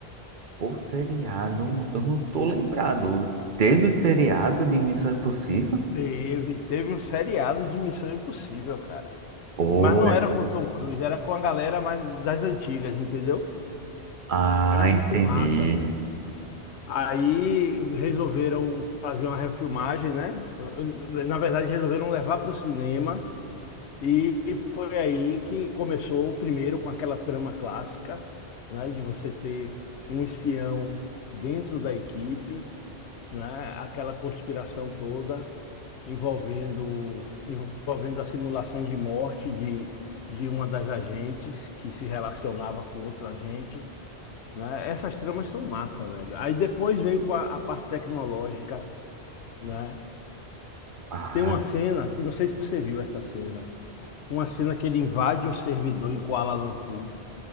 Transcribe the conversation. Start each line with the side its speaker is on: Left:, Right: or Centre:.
Right: Por seriado, eu não tô lembrado. Teve seriado de Missão Impossível?
Left: Teve, teve um seriado de Missão Impossível, cara.
Right: Pô,
Left: Mas não
Right: é...
Left: era com o Tom Cruise, era com a galera mais das antigas, entendeu?
Right: Ah,
Left: Era muito
Right: entendi.
Left: massa, velho. Aí resolveram fazer uma refilmagem, né? Na verdade, resolveram levar para o cinema E foi aí que começou o primeiro com aquela trama clássica, né, de você ter um espião dentro da equipe, né, aquela conspiração toda envolvendo envolvendo a simulação de morte de, de uma das agentes que se relacionava com outro agente, né? Essas tramas são massa, velho. Aí depois veio com a, a parte tecnológica, né?
Right: Ah,
Left: Tem uma cena, que não sei se você viu essa cena, uma cena que ele invade o servidor em Kuala Lumpur,